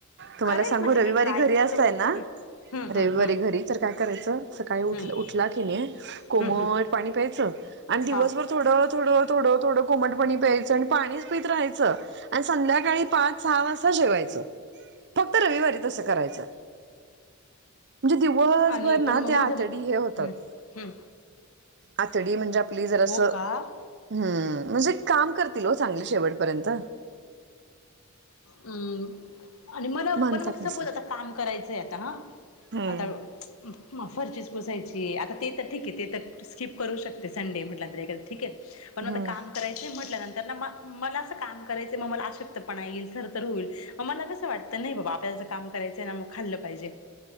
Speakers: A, on the right; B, on the left.
A: तुम्हाला
B: करेल
A: सांगू
B: म्हणजे
A: रविवारी
B: मी ट्राय
A: घरी
B: केलं
A: असताय
B: तर होईल
A: ना
B: हम्म हम्म
A: रविवारी
B: हम्म
A: घरी तर काय करायचं सकाळी उठ
B: हम्म हम्म
A: उठला की नाही कोमट
B: हम्म हम्म
A: पाणी प्यायचं आणि दिवसभर
B: हा
A: थोडं थोडं थोडं थोडं कोमटपणी प्यायचं आणि पाणीच पीत राहायचं आणि संध्याकाळी पाच सहा वाजता जेवायचं फक्त रविवारी तसं करायचं म्हणजे दिवसभर
B: आणि
A: ना
B: पण मग
A: ते
B: मध्ये
A: आतडी
B: हम्म
A: हे होतात
B: हम्म
A: आतडी म्हणजे आपली जरासं
B: हो का
A: हम्म म्हणजे काम करतील हो चांगली शेवटपर्यंत
B: हम्म आणि मला
A: म्हणतात
B: पण मग
A: नस
B: सपोज आता काम करायचंय आता हा
A: हम्म
B: आता फरशीच पुसायचीयं आता ते तर ठीक आहे ते तर स्किप करू शकते संडे म्हटलं तर एखादं ठीक आहे पण आता
A: हम्म
B: काम करायचं म्हटल्यानंतर ना मला असं काम करायचं मग मला अशक्त पना येईल होईल मला कस वाटत नाही बाबा आपल्याला काम करायचं ना मग खाल्लं पाहिजे